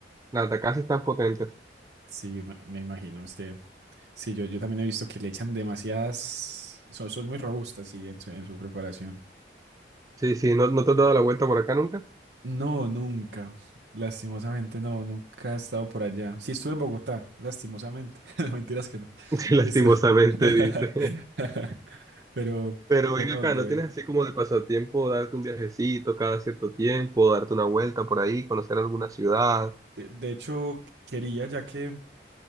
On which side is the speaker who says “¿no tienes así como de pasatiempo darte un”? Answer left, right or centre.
Right